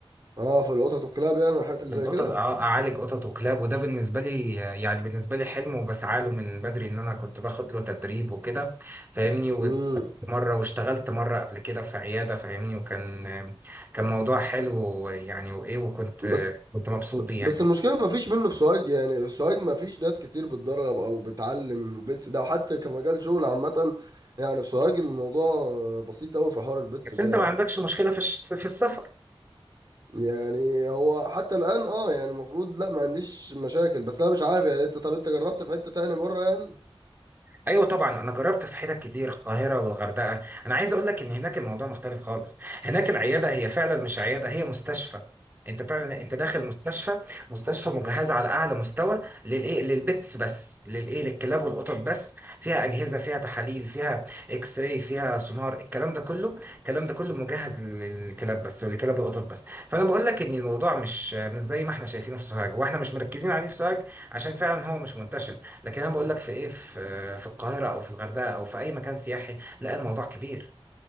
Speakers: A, on the right; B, on the right.
A: اه في القطط والكلاب يعني والحاجات اللي
B: في
A: زي
B: القطط
A: كده
B: اه اعالج قطط وكلاب وده بالنسبه لي يعني بالنسبه لي حلم وبسعى له من بدري ان انا كنت باخد له تدريب وكده فاهمني
A: امم
B: ومره واشتغلت مره قبل كده في عياده فاهمني وكان كان موضوع حلو يعني وايه وكنت
A: بس
B: كنت مبسوط
A: ب-
B: بيه يعني
A: بس المشكله ما فيش منه في سوهاج يعني في سوهاج ما فيش ناس كتير بتدرب او بتعلم البيتس ده وحتى كمجال شغل عامه يعني في سوهاج الموضوع بسيط قوي في حوار البيتس
B: بس
A: ده
B: انت ما
A: يعني
B: عندكش مشكله في الش- في السفر
A: يعني هو حتى الان اه يعني المفروض لا ما عنديش مشاكل بس انا مش عارف يعني انت طب انت جربت في حته تاني بره يعني
B: ايوه طبعا انا جربت في حتت كتير القاهره والغردقه انا عايز اقول لك ان هناك الموضوع مختلف خالص هناك العياده هي فعلا مش عياده هي مستشفى انت بتعمل انت داخل مستشفى مستشفى مجهزه على اعلى مستوى للايه للبيتس بس للايه للكلاب والقطط بس فيها اجهزه فيها تحاليل فيها اكس راي فيها سونار الكلام ده كله الكلام ده كله مجهز للكلاب بس وللكلاب والقطط بس فانا بقول لك ان الموضوع مش مش زي ما احنا شايفينه في سوهاج واحنا مش مركزين عليه في سوهاج عشان فعلا هو مش منتشر لكن انا بقول لك في ايه في في القاهره او في الغردقه او في اي مكان سياحي لا الموضوع كبير